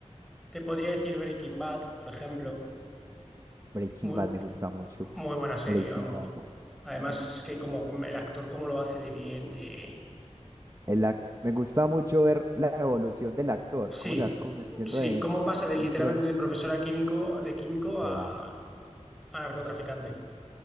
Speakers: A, in the centre; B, on the right.
A: te podría decir Breaking Bad, por ejemplo.
B: Breaking
A: Muy,
B: Bad me gusta mucho.
A: muy buena serie,
B: Breaking
A: vamos.
B: Bad.
A: Además, es que como el actor, cómo lo hace de bien. eh,
B: El ac- me gusta mucho ver la evolución del actor,
A: sí,
B: cómo se va convirtiendo
A: Sí,
B: en
A: ¿cómo pasa de
B: un
A: literalmente
B: pro.
A: de profesora químico, de químico
B: Literal.
A: a, a narcotraficante?